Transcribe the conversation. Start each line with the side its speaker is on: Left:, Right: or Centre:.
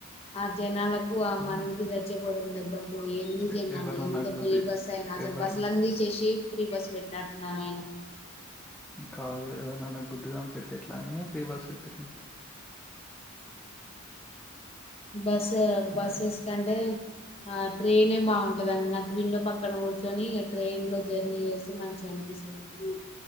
Left: ఆ జనాలకు ఆ
Centre: హ్మ్.
Left: మనవికి స రం <unintelligible> ఎందు చేసినారు
Centre: ఎ ఎవరినన్నా
Left: ఎంత
Centre: గుద్ది
Left: ఫ్రీ బస్ అయిన అసలు
Centre: ఎవరిన
Left: బస్సులన్నీ చేసి ఫ్రీ బస్సు పెట్టినట్టున్నారు ఆయన
Centre: కాదు ఎవరినై నా గుద్దు దంపతే ఎట్లా అని ప్రీ బస్ పెట్టారు మీకు
Left: బస్ బస్సెస్
Centre: లే
Left: కంటే ఆ ట్రైనే బాగుంటదండి నాకు వీలో పక్కన కూర్చొని ట్రైన్ లో జర్నీ చేస్తే మంచి అండి పిలిసింది